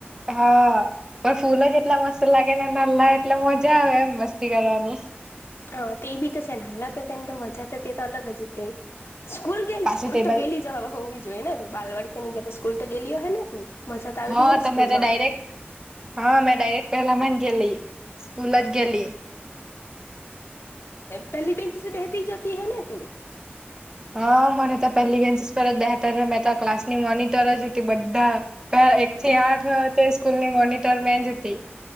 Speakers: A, on the right; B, on the left.
A: હા પણ ફૂલો જ એટલા મસ્ત લાગે ને ન લ એટલે મજા આવે એમ મસ્તી કરવાની.
B: હ તે એ બી તોશે નાલા તો તેને તો મજા તે તો અલગ જ તે સ્કૂલ ગેલી
A: પાછું
B: સ્કૂલ
A: તે
B: તો
A: બાજ
B: ગેલી જ હવે હોવી જોઈએ ને બાલવાડીીની સ્કલ તો ગલ હો હ ને તું મજા તો આવેલી
A: હા
B: હે ને
A: તોમેરે
B: સ્કૂલમાં
A: ડાયરેક્ટ હા મેં ડાયરેક્ટ પેલા મા ગે સ્કૂલ જ ગેલી
B: પહેલી બેંચીસે બહેતીરી જતી હૈ ને તું
A: હા મને પહેલી બેન્ચસ પર જ બેરમે ક્લાસ ની મોનટર જ બધા એક થી આઠ સ્કૂલ ની મોનિટર મે જ હતી.